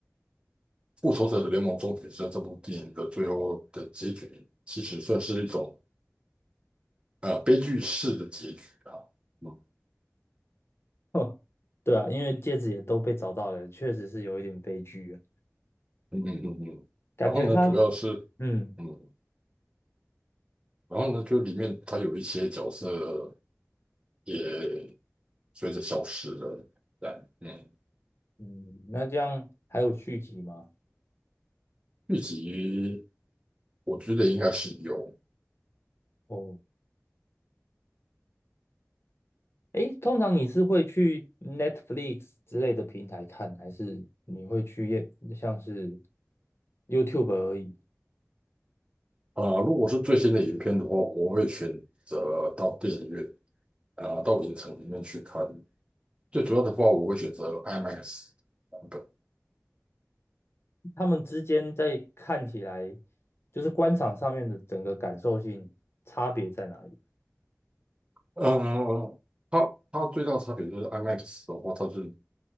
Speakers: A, on the right (about 20°); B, on the left (about 50°).
A: 《复仇者联盟：终结者》这部电影的最后的结局，其实算是一种呃悲剧式的结局啊。嗯
B: <laughs> 对啊，因为戒指也都被找到了，确实是有一点悲剧啊。
A: 嗯嗯嗯嗯然后呢，
B: 感觉他，
A: 主要是
B: 嗯
A: 嗯，然后呢，就里面他有一些角色也随着消失了。但嗯，
B: 嗯，那这样还有续集吗？
A: 剧集我觉得应该是有。
B: 哦，诶，通常你是会去 Netflix 之类的平台看，还是你会去也像是 YouTube 而已？
A: 啊、如果是最新的影片的话，我会选择到电影院啊、到影城里面去看。最主要的话，我会选择 IMAX 版本。
B: 他们之间在看起来，就是观赏上面的整个感受性差别在哪里？
A: 嗯、它它最大差别就是 IMAX 的话，它是